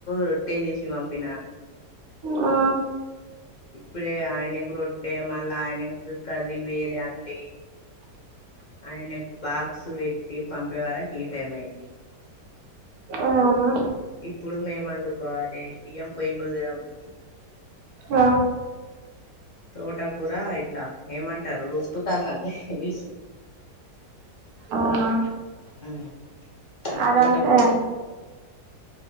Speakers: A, on the left; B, on the right.
A: రొట్టే చేసి పంపిన
B: ఆ
A: ఇప్పుడే ఆయనకి రొట్టె మళ్ళీ ఆయనకి కర్రీ వేరే అండి ఆయన బాక్స్ పెట్టి పంపే వరకి ఈ టైం అయింది
B: అవునా
A: ఇప్పుడు మేము వండుకోవాలి బియ్యం పొయ్యి మీదగా ఉంది
B: ఆ
A: తోటకూర ఇట్లా ఏమంటారు రుబ్బతాన్నది ఏసి
B: అవునా
A: ఆ ఆ
B: అదంతే
A: తోటకు